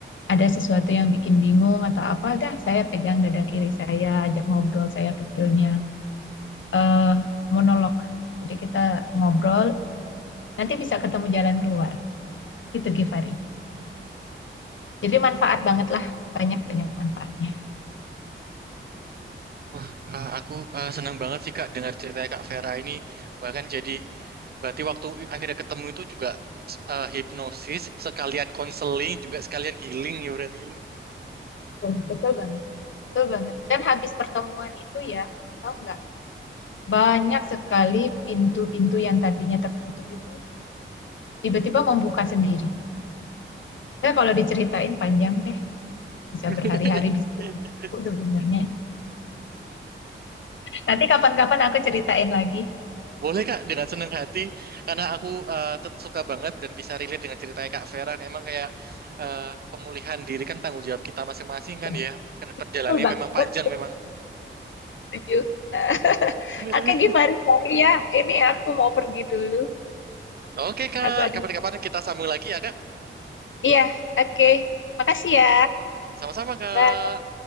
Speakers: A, on the left; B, on the right.
A: ada sesuatu yang bikin bingung atau apa dah saya pegang dada kiri saya, ajak ngobrol saya kecilnya. eh monolog. Jadi kita ngobrol, nanti bisa ketemu jalan keluar. Itu Givari. Jadi manfaat banget lah, banyak-banyak manfaatnya.
B: Wah, eh, aku eh, senang banget sih Kak dengar cerita Kak Vera ini. Bahkan jadi berarti waktu akhirnya ketemu itu juga eh, hipnosis sekalian konseling juga sekalian healing ya berarti.
A: Betul, betul banget, betul banget. Dan habis pertemuan itu ya, tahu nggak Banyak sekali pintu-pintu yang tadinya tertutup itu tiba-tiba membuka sendiri. Saya kalau diceritain panjang deh, bisa
B: <laughs>
A: berhari-hari bisa berbuku sebenarnya. Nanti kapan-kapan aku ceritain lagi.
B: Boleh Kak, dengan senang hati karena aku eh, tet- suka banget dan bisa relate dengan ceritanya Kak Vera. Memang kayak eh, pemulihan diri kan tanggung jawab kita masing-masing kan
A: Ya,
B: ya. Karena perjalanannya
A: betul banget.
B: memang panjang memang.
A: Setuju. Eh,
B: <laughs>
A: Oke, gimana sorry ya? Ini aku mau pergi dulu.
B: Oke Kak,
A: Aku ada.
B: kapan-kapan kita sambung lagi ya Kak.
A: Iya, oke. Makasih ya.
B: Sama-sama Kak.
A: Bye.